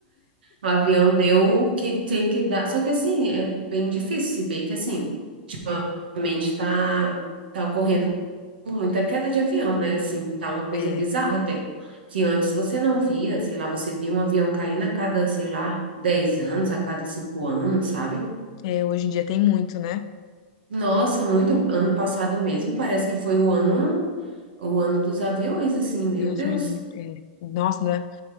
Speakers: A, on the right; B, on the left.
A: o avião deu o que tem que dar. Só que assim, é bem difícil, se bem que assim, ultimamente está tá tá ocorrendo muita queda de avião, né? Assim, tá uma coisa
B: É,
A: bizarra até. Que antes você não via, sei lá, você via um avião caindo a cada, sei lá, 10 anos, a cada 5 anos, sabe?
B: é, hoje em dia tem muito, né?
A: Nossa, muito. Ano passado mesmo, parece que foi o ano, o ano dos aviões, assim, meu
B: Deus
A: Deus,
B: me livre. É. Nossa, né?